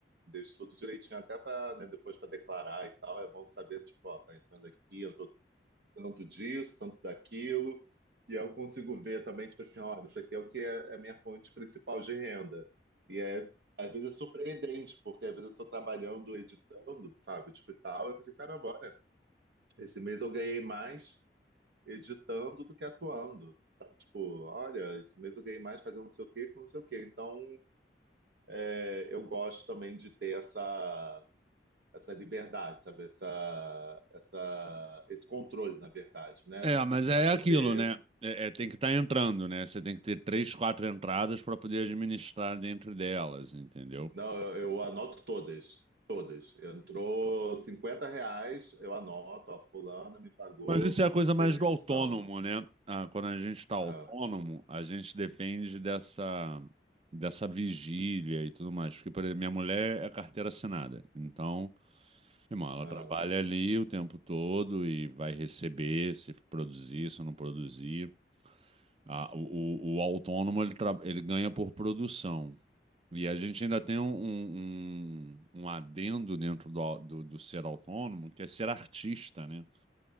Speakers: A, on the right; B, on the right.
A: Deixo tudo direitinho até para, depois para declarar e tal. É bom saber, tipo, ó, tá entrando aqui, eu tô tanto disso, tanto daquilo. E aí eu consigo ver também, tipo assim, olha, isso aqui é o que é, é a minha fonte principal de renda. E é, às vezes é surpreendente, porque às vezes eu tô trabalhando, editando, sabe, tipo e tal. Eu pensei, caramba, olha, esse mês eu ganhei mais editando do que atuando. Sabe, tipo, olha, esse mês eu ganhei mais fazendo não sei o quê que não sei o quê. Então, é, eu gosto também de ter essa, essa liberdade, sabe? Essa, essa, esse controle, na verdade, né?
B: É, mas é
A: Para poder.
B: aquilo, né? É, é, tem que estar entrando, né? Você tem que ter três, quatro entradas para poder administrar dentro delas, entendeu?
A: Não, eu, eu anoto todas. Todas. Entrou 50 reais, eu anoto, ó, fulana me pagou
B: Mas isso é a coisa mais
A: pela
B: do
A: edição.
B: autônomo, né? Ah, quando a gente está autônomo,
A: Ah,
B: a gente depende dessa, dessa vigília e tudo mais. Porque, por exemplo, minha mulher é carteira assinada. Então, irmão, ela
A: ah,
B: trabalha ali o tempo todo e vai receber se produzir, se não produzir. Ah, o, o- o autônomo ele, tra- ele ganha por produção. E a gente ainda tem um, um, um um adendo dentro do, au- do, do ser autônomo, que é ser artista, né?